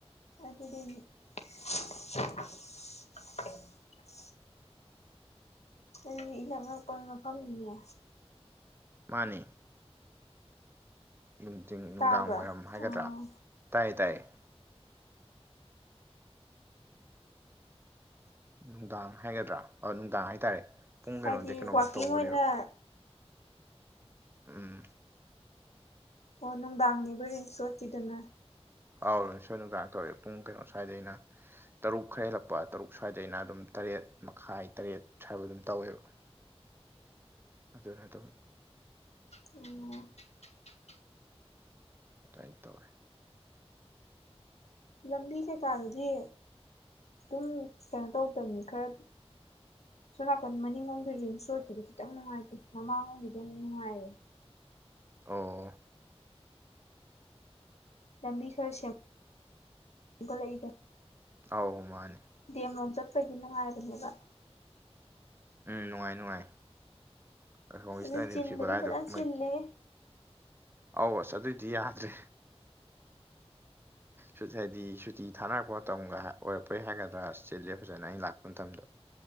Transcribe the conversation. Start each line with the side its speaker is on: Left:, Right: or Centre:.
Left: <unintelligible> <unintelligible> ꯑꯗꯨꯗꯤ ꯏꯅꯛ ꯅꯛꯄ ꯃꯐꯝꯅꯤꯅꯦ
Right: ꯃꯥꯟꯅꯦ ꯅꯨꯡꯊꯤꯡ ꯅꯨꯡꯗꯥꯡ
Left: ꯇꯥꯕ꯭ꯔꯥ
Right: ꯋꯥꯏꯔꯝ ꯍꯥꯏꯒꯗ꯭ꯔꯥ
Left: ꯑꯣ
Right: ꯇꯥꯏꯌꯦ ꯇꯥꯏꯌꯦ ꯅꯨꯡꯗꯥꯡ ꯍꯥꯏꯒꯗ꯭ꯔꯥ ꯑꯣ ꯅꯨꯡꯗꯥꯡ ꯍꯥꯏꯇꯥꯔꯦ ꯄꯨꯡ ꯀꯩꯅꯣꯗꯩ
Left: ꯍꯥꯏꯗꯤ
Right: ꯀꯩꯅꯣꯐꯧ
Left: ꯋꯥꯛꯀꯤꯡ
Right: ꯇꯧꯕꯅꯦꯕ
Left: ꯑꯣꯏꯅ
Right: ꯎꯝ
Left: ꯑꯣ ꯅꯨꯡꯗꯥꯡꯅꯦꯕ ꯔꯤꯝꯁ ꯔꯣꯠꯀꯤꯗꯨꯅ
Right: ꯑꯧ ꯔꯤꯝꯁ ꯅ ꯅꯨꯡꯗꯥꯡ ꯇꯧꯑꯦ ꯄꯨꯡ ꯀꯩꯅꯣ ꯑꯁꯥꯏꯗꯩꯅ ꯇꯔꯨꯛ ꯈꯥꯔ ꯍꯦꯜꯂꯛꯄ ꯇꯔꯨꯛ ꯁꯨ ꯁ꯭ꯋꯥꯏꯗ ꯑꯗꯨꯝ ꯇꯔꯦꯠ ꯃꯈꯥꯏ ꯇꯔꯦꯠ ꯁ꯭ꯋꯥꯏꯕ ꯑꯗꯨꯝ ꯇꯧꯋꯦꯕ ꯑꯗꯨꯅ ꯗꯨꯝ
Left: ꯑꯣ
Right: ꯑꯗꯥꯏ ꯇꯧꯋꯦ
Left: ꯂꯝꯕꯤ ꯀꯩꯀꯥꯒꯤꯗꯤ ꯑꯗꯨꯝ ꯀꯩꯅꯣ ꯇꯧꯗꯕꯅꯤ ꯈꯥꯔ ꯁꯣꯝ ꯅꯥꯀꯟ ꯃꯅꯤꯡꯔꯣꯝꯒꯤ ꯔꯤꯝꯁꯔꯣꯠꯇꯨꯗꯤ ꯈꯤꯇꯪ ꯅꯨꯡꯉꯥꯏꯇꯦ ꯃꯃꯥꯡꯂꯣꯝꯒꯤꯗꯤ ꯅꯨꯡꯉꯥꯏꯔꯦ
Right: ꯑꯣ
Left: ꯂꯝꯕꯤ ꯈꯥꯔ ꯁꯦꯝ ꯁꯦꯝꯒꯠꯂꯛꯏꯗ
Right: ꯑꯧ ꯃꯥꯟꯅꯦ
Left: ꯗꯤ ꯑꯦꯝ ꯂꯣꯝ ꯆꯠꯄꯒꯤ ꯅꯨꯡꯉꯥꯏꯕꯅꯦꯕ
Right: ꯎꯝ ꯅꯨꯡꯉꯥꯏ ꯅꯨꯡꯉꯥꯏ ꯑꯁꯣꯝ <unintelligible>
Left: ꯑꯗꯨ ꯆꯤꯟꯕꯨꯗꯤ
Right: ꯒꯣꯂꯥꯏꯗꯣ
Left: ꯐꯖꯅ
Right: ꯃꯣꯏ
Left: ꯆꯤꯜꯂꯦ
Right: ꯑꯧ ꯑꯁ ꯑꯗꯨꯏꯗꯤ ꯌꯥꯗ꯭ꯔꯦ ꯁꯨ ꯍꯥꯏꯗꯤ ꯁꯨꯇꯤ ꯊꯥꯅꯔꯛꯄ ꯃꯇꯝꯒ ꯑꯣꯏꯔꯛꯄꯩ ꯍꯥꯏꯒꯗ꯭ꯔꯥ ꯆꯤꯟꯂꯦ ꯐꯖꯅ ꯑꯩꯅ ꯂꯥꯛꯄ ꯃꯇꯝꯗꯣ